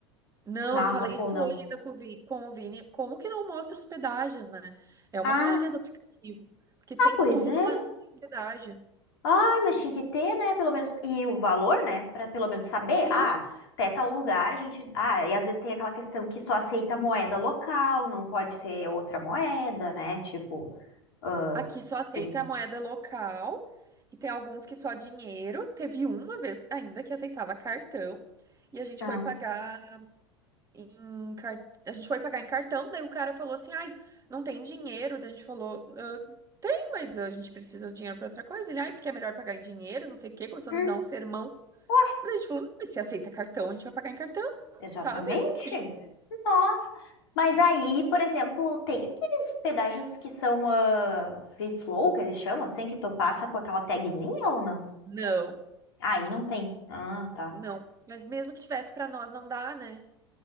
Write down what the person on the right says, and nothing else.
Não,
eu falei
isso
hoje ainda com o Vi- com o Vini. Como que não mostra os pedágios, né? É uma
falha do aplicativo. Porque tem
tudo,
mas não tem pedágio.
Sim.
Aqui só aceita
a moeda local e tem alguns que só dinheiro. Teve uma vez ainda que aceitava cartão e a gente
foi pagar em car... a gente foi pagar em cartão, daí o cara falou assim: "Ai, não tem dinheiro". Daí a gente falou: "Ah, "Tem, mas a gente precisa do dinheiro para outra coisa". Ele: "Ai, porque é melhor pagar em dinheiro, não sei o quê". Começou
a nos dar um sermão.
Mas a gente falou, não, mas se aceita cartão, a gente vai pagar em cartão, <laughs>
sabe? Assim.
Não,
não. Mas mesmo que tivesse pra nós, não dá, né?